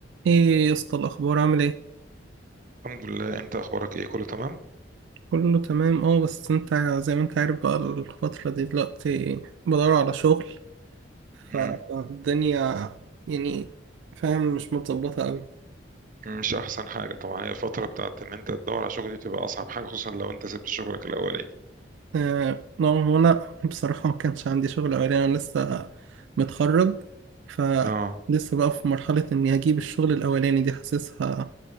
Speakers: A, on the right (about 80°); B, on the right (about 45°).
A: ايه يا اسطى الاخبار عامل ايه
B: الحمد لله انت اخبارك ايه كله تمام
A: كله تمام اه بس انت زي ما انت عارف بقى الفترة دي دلوقتي بدور على شغل فالدنيا
B: مم.
A: يعني فاهم مش متظبطة قوي
B: مش احسن حاجه طبعا هي الفتره بتاعت ان انت تدور على شغل دي بتبقى اصعب حاجه خصوصا لو انت سبت شغلك الاولاني
A: آه نعم انا بصراحة ما كانش عندي شغل اولاني انا لسه متخرج فلسه
B: اه
A: بقى في مرحلة اني اجيب الشغل الاولاني دي حاسسها